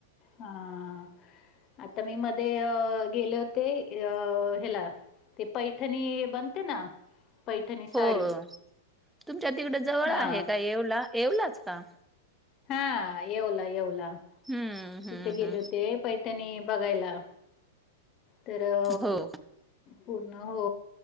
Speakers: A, on the left; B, in the centre.
A: हा, आता मी मध्ये अ गेले होते अ हेला ते पैठणी बनते ना, पैठणी साडी.
B: हो तुमच्या तिकड जवळ
A: हा
B: आहे का येवला? येवलाच का?
A: हा येवला, येवला.
B: हम्म. हम्म
A: तिथे गेले
B: हम्म
A: होते पैठणी बघायला. तर अ
B: हो
A: पूर्ण हो.